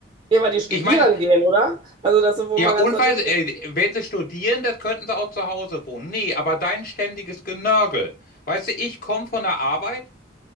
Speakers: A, on the right; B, on the left.
A: Ja, weil die studieren
B: Ich meine,
A: gehen, oder? Also, das ist wohl
B: ja,
A: mal ganz
B: und
A: natürlich.
B: weil, sie- äh, wenn sie studieren, das könnten sie auch zu Hause wohnen. Nee, aber dein ständiges Genörgel. Weißt du, ich komme von der Arbeit.